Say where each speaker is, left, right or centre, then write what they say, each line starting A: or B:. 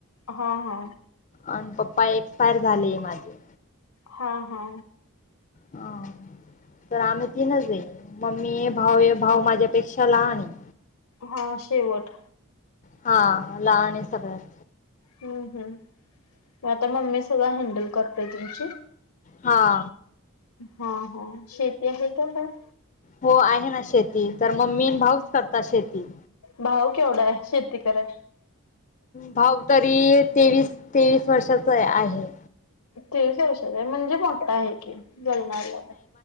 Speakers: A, on the left; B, on the left.
A: हा हा.
B: आणि पप्पा एक्सपायर झालेय माझे.
A: हा हा.
B: ह तर आम्ही तीनच, मम्मी ये भाऊ ये भाऊ माझ्यापेक्षा लहान आहे.
A: हा शेवट.
B: हा लहान सगळंत.
A: हम् हम आता मम्मी सगळं हँडल कर ताई तुमची
B: हा.
A: हा हा शेती आहे का काय?
B: हो आहे ना शेती तर मम्मी भाऊच करतात शेती.
A: भाऊ केवढा आहे शेती कराय?
B: भाव तरी तेवीस तेवीस वर्षाचा आहे.
A: तेवीस वर्षात आहे म्हणजे मोठा आहे की. लग्नाला काय.